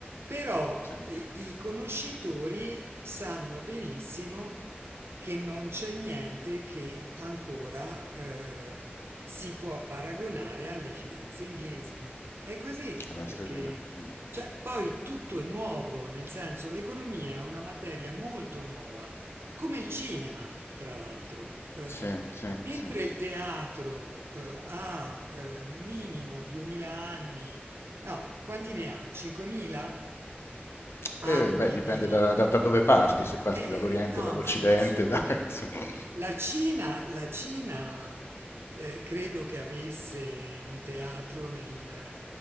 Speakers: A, on the right; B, on the left.
A: però
B: sì, è
A: eh, i conoscitori sanno benissimo che non c'è niente che ancora eh, si può paragonare alle finanze inglesi. È così,
B: la
A: perché
B: sterlina. Mm.
A: cioè, poi tutto è nuovo, nel senso l'economia è una materia molto nuova, come il cinema, tra l'altro. Eh,
B: Sì, sì,
A: Mentre
B: sì.
A: il teatro eh, ha eh, minimo 2000 anni, no, quanti ne ha? 5000 anni
B: Eh, beh, dipende
A: di,
B: da, da- da dove parti, se parti
A: eh,
B: dall'Oriente,
A: no,
B: dall'Occidente,
A: ma in assoluto.
B: da- <laughs> insomma.
A: La Cina, la Cina eh, credo che avesse un teatro nel...